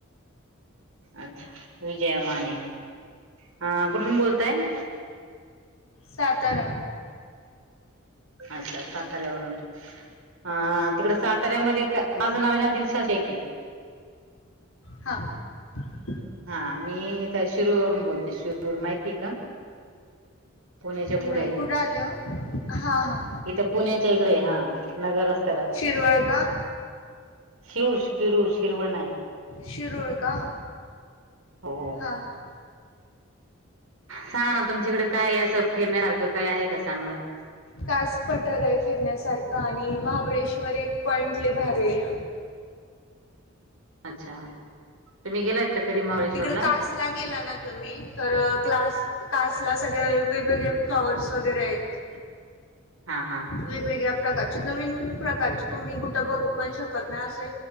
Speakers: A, on the right; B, on the left.
A: अच्छा विजया माने. अ कुठून बोलताय?
B: सातारा.
A: अच्छा साताऱ्या वरून. हा तिकड साताऱ्यामध्ये का, माझं नावय ना दिलशा शेखय.
B: हा <unintelligible>
A: हा, मी इथं शिरूरवरून बोलते. शिरूर माहिती का? पुण्याच्या
B: नाही
A: पुढय.
B: कुठं आले हो? हा हा
A: इथ पुण्याच्या इकडे हा, नगर रस्त
B: शिरवळ का?
A: शिरूर, शिरूर. शिरवळ नाही?
B: शिरूळ का?
A: हो हो
B: हा हा.
A: सांगा ना, तुमच्याकडे काय असं फिरण्यासारखं काय आहे का चांगलं?
B: कास पठारय फिरण्यासारखं आणि महा महाबळेश्वर एक पॉईंट लय भारीया.
A: अच्छा, तुम्ही गेलाइत का? कधी महाबळेश्वरला
B: तिकडे कासला गेला ना तुम्ही, तर क्लास कासला सगळ्या वेगवेगळे फ्लॉवर्स वगैरेयत.
A: हा हा
B: वेगवेगळ्या प्रकारचे नवीन प्रकारचे, तुम्ही कुठं बघू पण शकत नाही. असय